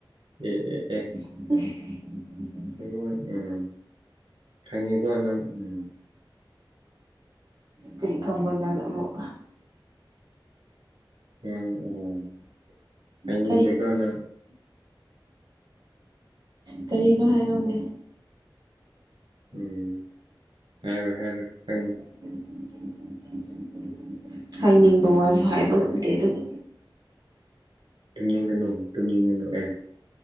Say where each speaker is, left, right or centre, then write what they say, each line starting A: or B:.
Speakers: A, on the right; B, on the right.
A: ꯑꯦ ꯑꯦ ꯑꯦ
B: <unintelligible> <unintelligible>
A: ꯎꯝ ꯎꯝ ꯈꯪꯉꯤꯀꯣ ꯅꯪ ꯎꯝ
B: ꯀꯔꯤ ꯈꯪꯕꯔꯣ ꯅꯪ ꯑꯃꯨꯛ
A: ꯎꯝ ꯎꯝ ꯍꯥꯏꯅꯤꯡꯗꯦꯀꯣ
B: ꯀꯔꯤ
A: ꯅꯪ
B: ꯀꯔꯤꯅꯣ ꯍꯥꯏꯔꯛꯑꯣꯅꯦ
A: ꯎꯝ ꯍꯥꯏꯔꯣꯏ ꯍꯥꯏꯔꯣꯏ ꯈꯪ
B: <unintelligible> ꯍꯥꯏꯅꯤꯡꯕ ꯋꯥꯁꯨ ꯍꯥꯏꯕ ꯉꯝꯗꯦ ꯑꯗꯨꯒ
A: ꯇꯨꯝꯅꯤꯡꯉꯅꯨ ꯇꯨꯝꯅꯤꯡꯉꯅꯨ ꯑꯦ